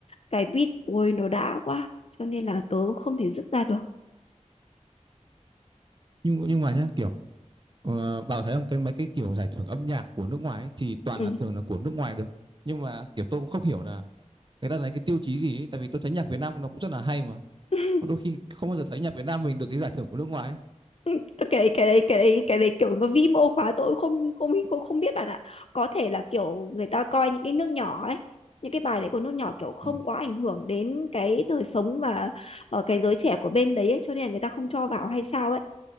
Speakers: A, on the left; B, on the right.
A: cái beat ôi nó đã quá cho nên là tớ không thể dứt ra được
B: nhưng nhưng mà nhá kiểu ờ, bảo thấy không cái mấy cái kiểu giải thưởng âm nhạc của nước ngoài ấy, thì toàn
A: ừ.
B: là thường là của nước ngoài được nhưng mà kiểu tôi cũng không hiểu là người ta lấy cái tiêu chí gì ấy, tại vì tôi thấy nhạc Việt Nam nó cũng rất là hay mà
A: <laughs>
B: Mà đôi khi không bao giờ thấy nhạc Việt Nam mình được cái giải thưởng của nước ngoài ấy.
A: Ừ, Tôi cái đấy cái đấy cái đấy cái đấy kiểu nó vi mô quá tôi cũng không không không không biết bạn ạ có thể là kiểu người ta coi những cái nước nhỏ ấy những cái bài đấy của nước nhỏ kiểu không
B: ừ.
A: quá ảnh hưởng đến cái đời sống và ở cái giới trẻ của bên đấy ấy, cho nên là người ta không cho vào hay sao ấy